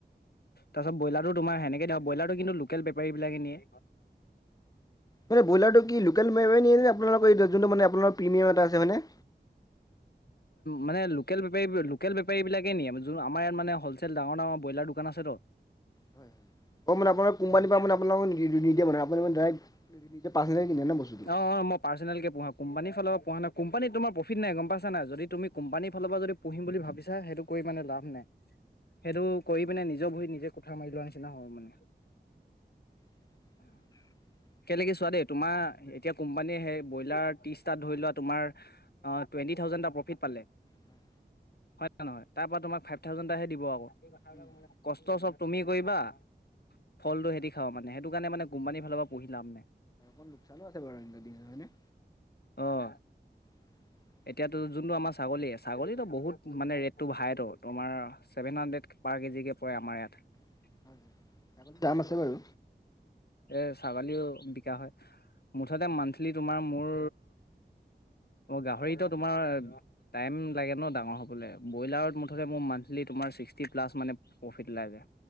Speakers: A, on the left; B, on the left.
A: তাৰপাছ ব্ৰইলাৰটো তোমাৰ সেনেকে ধৰ বইলাৰটো কিন্তু লোকেল বেপাৰীবিলাকে নিয়ে
B: মানে ব্ৰইলাৰটো কি লোকেল মানুহে নিয়ে নে আপোনালোকৰ এইটো জোনটো মানে আপোনালোকৰ প্ৰিমিয়াম এটা আছে মানে
A: মানে লোকেল বেপাৰী, লোকেল বেপাৰী বিলাক <unintelligible> আমাৰ ইয়াত মানে হলচেল ডাঙৰ-ডাঙৰ ব্ৰইলাৰ দোকান আছেটো।
B: হয় অ' মানে আপোনালোকক কোম্পানীৰ পৰা মানে আপোনালোকক নিদিয়ে মানে আপোনালোকে মানে ডাইৰেক্ট নিজে পাৰ্চনেলি কিনে ন বস্তুটো।
A: অ'-অ' মই পাৰ্চনেলকে পোহা কোম্পানীৰ ফালৰ পৰা পোহা নাই কোম্পানীত তোমাৰ প্ৰফিট নাই গম পাইছা নাই যদি কোম্পানীৰ ফালৰ পৰা যদি পুহিম বুলি ভাবিছা সেইটো কৰি মানে লাভ নাই। সেইটো কৰি পিনে নিজৰ ভৰিত নিজে কোঠাৰ মাৰি লোৱা নিচিনা হ'ব মানে।
B: <inaudible>
A: কেনেকে চোৱা দেই তোমাৰ এতিয়া কোম্পানীয়ে সেই ব্ৰইলাৰ তিশটাত ধৰি লোৱা তোমাৰ টুৱেন্টি থাউজেণ্ড থাউজেণ্ড এটা প্ৰফিট পালে
B: হম,
A: হয় নে নহয়? তাৰ পৰা তোমাক ফাইভ থাউজেণ্ডাহে দিব আকৌ
B: উম।
A: কষ্ট চব তুমি কৰিবা ফলটো সিহঁতি খাব মানে সেইটো কাৰণে মানে কোম্পানীৰ ফালৰ পৰা পুহি লাভ নাই।
B: অ' লোকচানো আছে বাৰু সিহঁতক দি হয়নে?
A: অ'
B: <inaudible>
A: এতিয়াতো যোনটো আমাৰ ছাগলী-ছাগলীতো বহুত মানে ৰেটটো হাইতো তোমাৰ ছেভেন হাণ্ড্ৰেড পাৰ কেজিকে পৰে আমাৰ ইয়াত।
B: <unintelligible>
A: <unintelligible>
B: দাম আছে বাৰু।
A: এ ছাগালিও বিক কা হয় মুঠতে মান্থলি তোমাৰ মোৰ অ গাহৰিতো তোমাৰ টাইম লাগে ন ডাঙৰ হবলৈ ব্ৰইলাৰত মুঠতে মোৰ মান্থলি ই তোমাৰ ছিক্সটি প্লাছ প্ৰফিট উলাইগে।